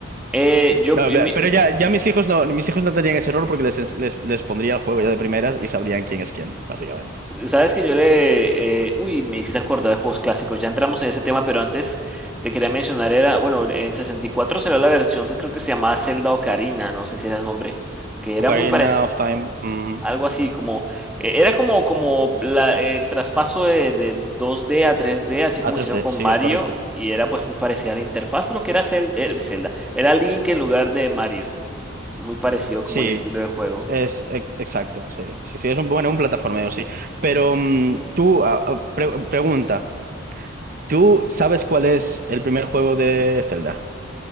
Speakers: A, in the centre; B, on the right (about 45°).
A: Eh, yo,
B: No,
A: eh, mi-
B: pero ya, ya mis hijos no, mis hijos no tendrían ese error porque les, les, les pondría el juego ya de primeras y sabrían quién es quién, básicamente.
A: sabes que yo le, eh, uy, me hiciste acordar de juegos clásicos. Ya entramos en ese tema, pero antes te quería mencionar, era, bueno, en 64 salió la versión que creo que se llamaba Zelda Ocarina, no sé si era el nombre, que
B: Ocarina
A: era muy parecido,
B: of Time, mm,
A: algo así, como, eh, era como, como la, el traspaso de, de dos d a tres d así como
B: a 3D,
A: hicieron con
B: sí,
A: Mario,
B: es correcto.
A: y era pues muy parecida a la interfaz, lo que era Zel- eh, Zelda, era Link en lugar de Mario, muy parecido
B: Sí,
A: como el estilo de juego.
B: es e- exacto, sí, sí, sí, es un, bueno, un plataformeo, sí. Pero mm, tú, ah, ah, pre- pregunta, ¿tú sabes cuál es el primer juego de Zelda?